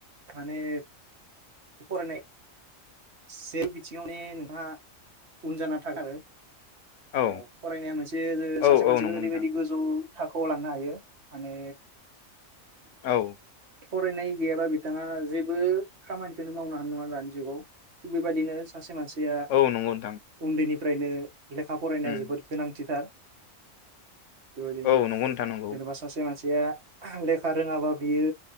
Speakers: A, on the right; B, on the left.
A: माने फरायनाय <unintelligible> बिथिङावनो नोंहा उन जाना थागारो ओ
B: औ
A: फरायनाया मोनसे
B: औ
A: सासे
B: औ
A: मानसिखौ
B: नंगौ
A: ओरैबायदि
B: नोंथां
A: गोजौ थाखोआव लांनो हायो माने
B: औ
A: फरायनाय गैयाबा बिथाङा जेबो खामानि नो मावनो हानाय नङा दानि जुगाव थिग बेबायदिनो सासे मानसि
B: औ नंगौ नोंथां
A: उन्दैनि फ्रायनो लेखा फरायनाया
B: उम
A: जोबोद गोनांथिथार जेन'बा
B: औ नंगौ नोंथां नंगौ
A: सासे मानसि आ लेखा रोङाबा बियो